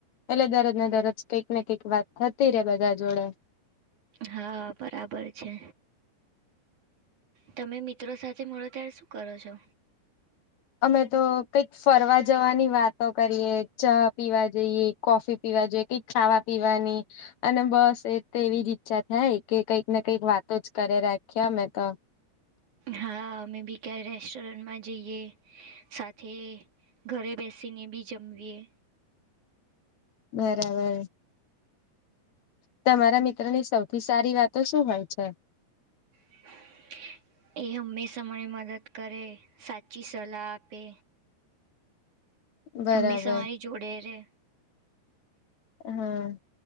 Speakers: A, on the left; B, on the right.
A: એલે ને દરજ કંઈક ને કંઈક વાત થતી રે બધા જોડે
B: હા બરાબર છે. તમે મિત્રો સાથે મળો ત્યારે શું કરો છો.
A: અમે તો કંઈક ફરવા જવાની વાતો કરીએે ચા પીવા જઈએ કોફી પીવા જોઈએ કઈક ખાવા પીવાની અને બસ એ તો એવી જ ઈચ્છા થાય કે કંઈક ને કંઈક વાતો જ કરે રાખી અમે તો
B: હા અમે બી ક્યાય રેસ્ટોરન્ટમાં જઈએ સાથે ઘરે બેસીને બી જમવીએ
A: બરાબર તમારા મિત્રો ની સૌથી સારી વાતો શું હોય છે.
B: <inaudible> એ હંમેશા મને મદદ કરે સાચી સલાહ આપે.
A: બરાબર
B: હંમેશા મારી જોડે રે.
A: હા.